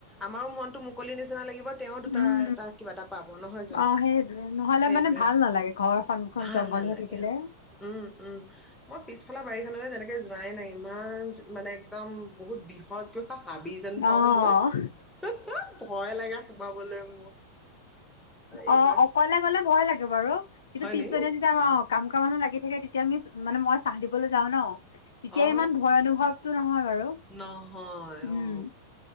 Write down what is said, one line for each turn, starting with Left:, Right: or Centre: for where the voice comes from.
Centre: আমাৰো মনটো মুকলি নিচিনা লাগিব। তেওঁ তাই-তাই,
Left: উম
Centre: কিবা এটা পাব নহয় জানো।
Left: অ সেইটোৱে নহলে
Centre: সেইটোৱে
Left: মানে ভাল নালাগে ঘৰৰ সন্মুখত
Centre: ভাল
Left: জংঘল
Centre: নালাগে।
Left: হৈ থাকিলে
Centre: উম, উম। অ', পিছফালৰ বাৰীখন মানে তেনেকে যোৱাই নাই। ইমান, মানে, একদম বহুত বিষধকৈ হাবি যেন পাও
Left: অহ
Centre: মই <unintelligible> ভয় লাগে সোমাবলৈ <inaudible> এইবাৰ
Left: অ' অকলে গলে ভয় লাগে বাৰু
Centre: হয়নি
Left: <inaudible> কাম কৰা মানুহ লাগি থাকে তেতিয়া আমিচ মানে মই চাহ দিবলে যাওঁ ন ইতিয়া
Centre: অ
Left: ইমান ভয় অনুভৱটো নহয় বাৰু
Centre: নহয়
Left: উম
Centre: অ